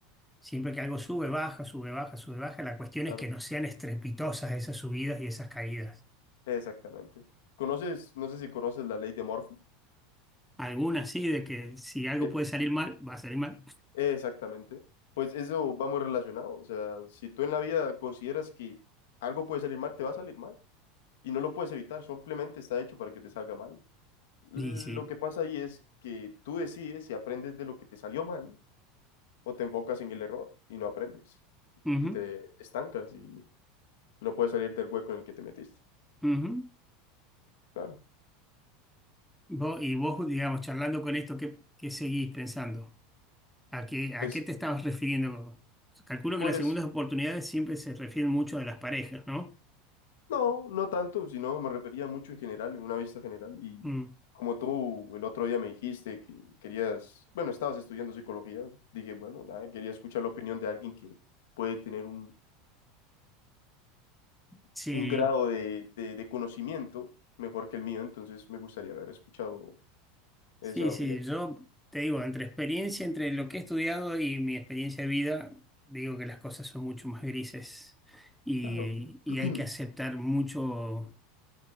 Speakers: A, in the centre; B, on the left.
A: Siempre que algo sube, baja, sube, baja, sube, baja, la cuestión
B: Claro.
A: es que no sean estrepitosas esas subidas y esas caídas.
B: Exactamente. ¿Conoces, no sé si conoces la ley de Murphy?
A: Algunas sí, de que si algo
B: Que,
A: puede salir mal, va a salir mal.
B: exactamente. Pues eso va muy relacionado. O sea, si tú en la vida consideras que algo puede salir mal, te va a salir mal. Y no lo puedes evitar, simplemente está hecho para que te salga mal. Lo
A: Y sí.
B: que pasa ahí es que tú decides si aprendes de lo que te salió mal o te enfocas en el error y no aprendes.
A: Ujú,
B: Y te estancas y no puedes salir del hueco en el que te metiste.
A: ujú.
B: Claro.
A: Vos- y vos, digamos, charlando con esto, ¿qué, qué seguís pensando? ¿A qué, a
B: Pues,
A: qué te estabas refiriendo? Calculo
B: pues
A: que las segundas oportunidades siempre se refieren mucho a las parejas, ¿no?
B: No, no tanto, sino me refería mucho en general, en una vista general. Y
A: Mm,
B: como tú el otro día me dijiste que querías, bueno, estabas estudiando psicología, dije, bueno, nada, quería escuchar la opinión de alguien que puede tener un,
A: sí.
B: un grado de, de, de conocimiento mejor que el mío, entonces me gustaría haber escuchado esa
A: Sí,
B: opinión.
A: sí, yo te digo, entre experiencia, entre lo que he estudiado y mi experiencia de vida, digo que las cosas son mucho más grises y,
B: Claro.
A: y
B: <clears throat>
A: hay que aceptar mucho